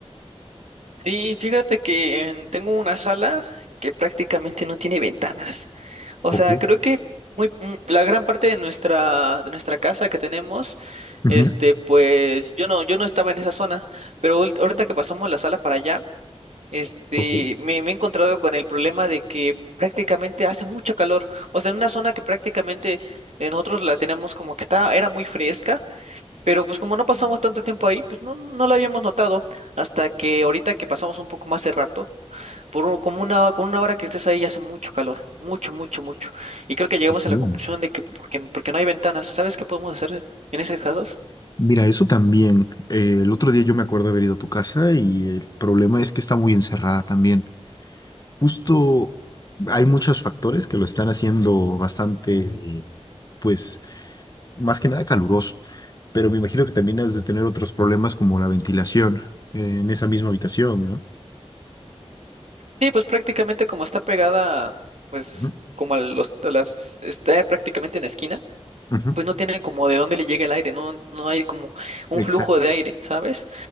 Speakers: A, on the right; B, on the left.
A: Sí, fíjate que en- tengo una sala que prácticamente no tiene ventanas. O
B: Ok,
A: sea, creo que muy, mm, la gran parte de nuestra, de nuestra casa que tenemos,
B: ujú,
A: este, pues yo no, yo no estaba en esa zona, pero ahor- ahorita que pasamos la sala para allá, este,
B: ok,
A: me, me he encontrado con el problema de que prácticamente hace mucho calor. O sea, en una zona que prácticamente eh, nosotros la tenemos como que está, era muy fresca. Pero pues como no pasamos tanto tiempo ahí, pues no, no lo habíamos notado hasta que ahorita que pasamos un poco más de rato, por un- como una, con una hora que estés ahí ya hace mucho calor, mucho, mucho, mucho. Y creo que llegamos
B: ujú.
A: a la conclusión de que porque, porque no hay ventanas, ¿sabes qué podemos hacer en esos casos?
B: Mira, eso también. Eh, el otro día yo me acuerdo haber ido a tu casa y el problema es que está muy encerrada también. Justo hay muchos factores que lo están haciendo bastante, pues, más que nada caluroso, pero me imagino que también has de tener otros problemas como la ventilación eh, en esa misma habitación, ¿no?
A: Sí, pues prácticamente como está pegada, pues
B: Ujú,
A: como a los, a las, está prácticamente en la esquina,
B: ujú.
A: pues no tiene como de dónde le llegue el aire, no, no hay como un
B: Exacto.
A: flujo de aire, ¿sabes?